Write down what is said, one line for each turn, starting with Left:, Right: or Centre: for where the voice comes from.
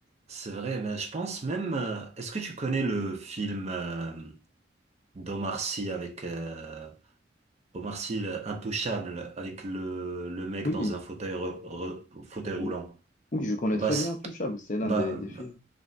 Right: C'est vrai, ben, je pense même. euh, est-ce que tu connais le film euh, d'Omar Sy avec euh, Omar Sy le- Intouchable avec le, le mec
Left: Oui,
Right: dans un fauteuil re- re- fauteuil roulant?
Left: oui, oui, je connais
Right: Bah,
Left: très
Right: c'est-
Left: bien Touchable. C'est l'un
Right: bah,
Left: des, des films.
Right: bah,